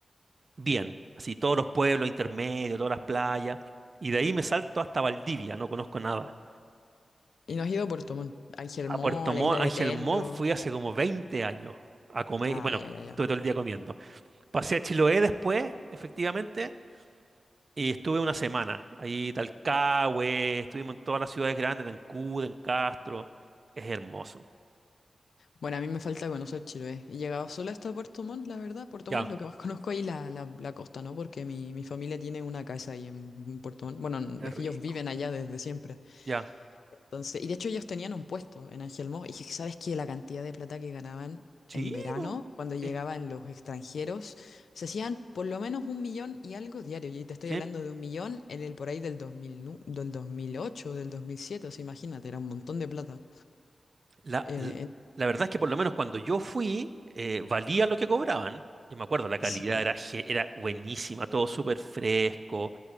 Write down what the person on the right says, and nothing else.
bien. Así todos los pueblos intermedios, todas las playas. Y de ahí me salto hasta Valdivia, no conozco nada.
A Puerto
Montt,
Ángel
Montt fui hace como 20 años a comer.
Bueno,
estuve todo el día comiendo. Pasé a Chiloé después, efectivamente. Y estuve una semana ahí, Talcahué, estuvimos en todas las ciudades grandes, en Ancud, en Castro. Es hermoso.
Ya,
es
rico.
ya.
Sí,
po.
Sí,
sí.
La,
la- la verdad es que por lo menos cuando yo fui, eh, valía lo que cobraban. Yo me acuerdo, la calidad
era, ge- era buenísima, todo súper fresco,